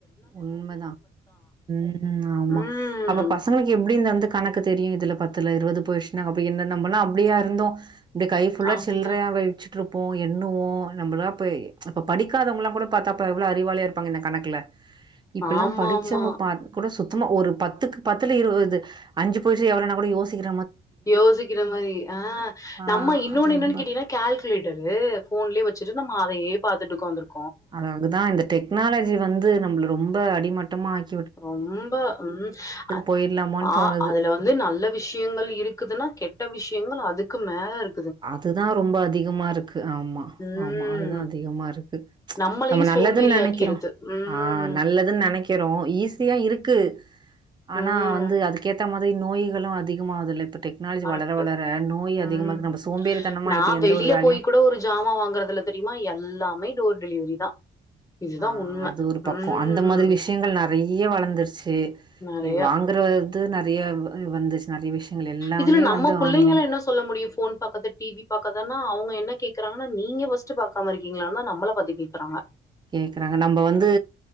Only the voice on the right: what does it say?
உண்மதா உம் ம் ஆமா
அப்ப பசங்களுக்கு எப்டி இந்த வந்து கணக்கு தெரியு இதுல பத்துல ருவது போயிச்னா அப்டி என்ன நம்மல்லா அப்டியா இருந்தோ இந்த கை ஃபுல்லா
சில்றயா வெச் ட்ருப்போ எண்ணுவோ நம்மளா ப்ப இப்ப படிக்காதவல்லா கோட பாத்தா அப்ப எவ்வளவு அறிவாளியா இருப்பாங்க இந்த கணக்குல இப்பெல்லா
படிச்சவங்க
பா கூட சுத்தமா ஒரு பத்துக்கு பத்துல இருவது அஞ்சு போயுருச்சுனா எவ்ளனா கூட யோசிக்கற
ஆ
அது
ரொம்ப
அ அதுதா இந்த டெக் னாலஜி வந்து நம்மள ரொம்ப அடிமட்டமா ஆக்
போயிடலாமான்னு
தோணுது.
அதுதா ரொம்ப அதிகமா இருக்கு ஆமா
ஆமா அதுதா அதிகமா இருக்கு ம்ச்
நம்ம நல்லதுன்னு
நெனைக்றோ
ஆஹ் நல்லதுன்னு நெனைக்றோ ஈஸியா இருக்கு ஆனா
வந்து அதுக்கேத்த மா இதய நோய்களு அதிகமாதில்ல இப் டெக்னாலஜி
வளர வளர நோய் அதிகமாக
நம்ம சோம்பேறித்தனமா
ஆயிட்டு எந்த
ஒரு வேலையும்
ஆஹ்
அது ஒரு பக்க
அந்த மாதிரி விஷயங்கள் நறைய வளர்ந்துருச்சு
நீ வாங்குற து நறைய வ வந்துச்சு நெறைய விஷயங்கள் எல்லாமே
வந்து
ஆன்லைன்.
கேக்குறாங்க நம்ம வந்து